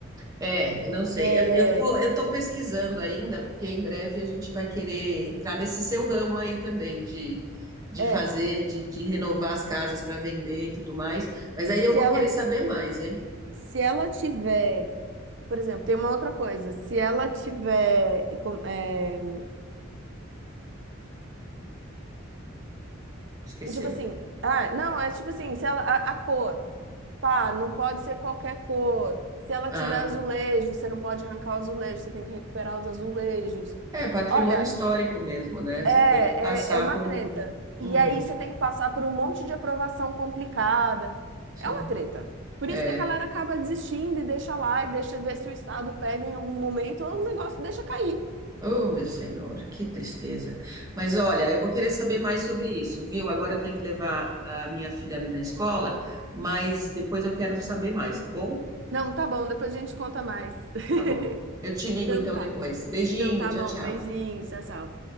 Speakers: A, on the right (about 20°); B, on the right (about 60°).
A: É, eu não sei.
B: É,
A: Eu, eu tô, eu tô pesquisando ainda, porque em breve a gente vai querer entrar nesse seu ramo aí também de, de
B: é,
A: fazer, de, de renovar as casas para vender e tudo mais. Mas aí
B: se
A: eu vou
B: ela,
A: querer saber mais, hein?
B: se ela tiver, por exemplo, tem uma outra coisa, se ela tiver, com- é,
A: Esqueceu?
B: tipo assim, ah, não, é tipo assim, se ela, a, a cor, pá, não pode ser qualquer cor. Se ela
A: Ah,
B: tiver azulejo, você não pode arrancar o azulejo, você tem que recuperar os azulejos.
A: é patrimônio
B: Olha,
A: histórico mesmo, né? Você
B: é,
A: tem que passar
B: é, é uma
A: por
B: treta.
A: um. Uhum,
B: E aí você tem que passar por um monte de aprovação complicada.
A: sim.
B: É uma treta. Por
A: É.
B: isso que a galera acaba desistindo e deixa lá e deixa ver se o Estado pega em algum momento ou o negócio deixa cair.
A: Oh, meu senhor, que tristeza. Mas olha, eu vou querer saber mais sobre isso, viu? Agora eu tenho que levar a minha filha ali na escola, mas depois eu quero saber mais, tá bom?
B: Não, tá bom, depois a gente conta mais. <laughs>
A: Tá bom. Eu te ligo
B: Então
A: então
B: tá.
A: depois. Beijinho,
B: Então tá
A: tchau,
B: bom,
A: tchau.
B: beijinho, tchau, tchau.